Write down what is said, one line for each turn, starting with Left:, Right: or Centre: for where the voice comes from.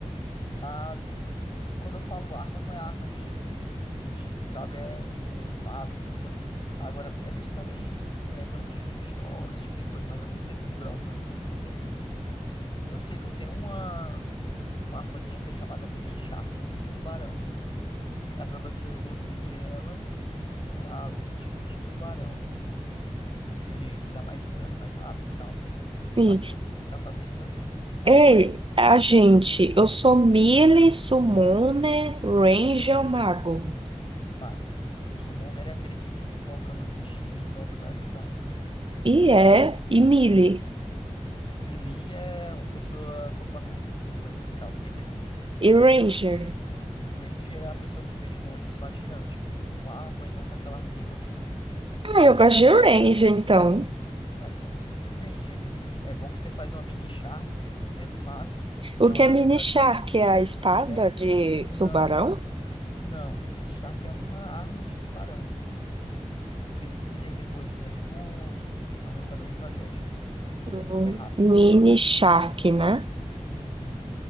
Left: As, Quando eu falo arma, não é arma de, de, de tiro, sabe? É tipo espada, outras coisas. Agora, eles também é, dão tiro de pistola, esse tipo de coisa, mas eu não sei se dropa, não tenho certeza. Eu sei que eu tenho uma, uma armazinha que é chamada Mini Shark, Mini Tubarão, que dá pra você evoluir ela pra outro tipo de tubarão, que, que dá mais dano, é mais rápido e tal. E
Right: Sim.
Left: eu acho que eu vou tentar fazer isso também.
Right: Ei, a gente, eu sou melee, summoner, ranger, mago.
Left: Mago. Summoner é aquele que fica invocando os bichinhos em volta pra ajudar, entendeu?
Right: E é, e Millie,
Left: Melee é a pessoa corpo a corpo. Sou eu, no caso, guerreiro.
Right: e Ranger.
Left: Ranger é a pessoa que fica de longe só atirando, tipo, com arco ou então com aquela arminha que eu tenho.
Right: Ah, eu gosto de Ranger, então.
Left: Ah, então fica de Ranger mesmo. É bom que você faz uma mini Shark, que é super fácil e
Right: O
Left: é
Right: que
Left: uma
Right: é
Left: das
Right: Mini
Left: melhores
Right: Shark?
Left: armas.
Right: É a espada
Left: É um.
Right: de
Left: Não,
Right: tubarão?
Left: não. Mini Shark é uma arma de tubarão. Pesquisa aí depois. É tipo. É um lançador de projétil, que
Right: Hum,
Left: ele é super rápido.
Right: Mini Shark, né?
Left: Uhum.